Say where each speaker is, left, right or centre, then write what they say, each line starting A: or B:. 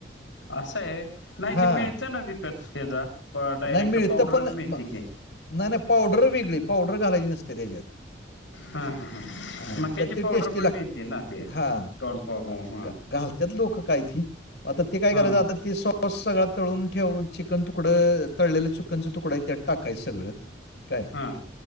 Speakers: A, on the left; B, on the left.
A: असं आहे व्हय, नाही
B: हां,
A: ते मिळतं ना विकतं हेचा, डायरेक्ट
B: नाही मिळतं
A: पावडरचं
B: पण
A: मिळते
B: म
A: की.
B: नाही नाही पावडर वेगळी, पावडर घालायची नसते त्याच्यात.
A: हां हां हां
B: ह
A: मक्याची
B: तर ते
A: पावडर
B: टेस्टी
A: पण
B: लागतय,
A: मिळते ना ते
B: हा
A: कॉर्नफ्लॉवर हां
B: घ घाल त्यात लोकं कायती, आता ते काय
A: हां
B: करायचं आता ते सॉस, सगळं तळून ठेवून चिकन तुकडं तळलेलं चुकनचा तुकडा आहे, त्यात टाकाय सगळं काय
A: हां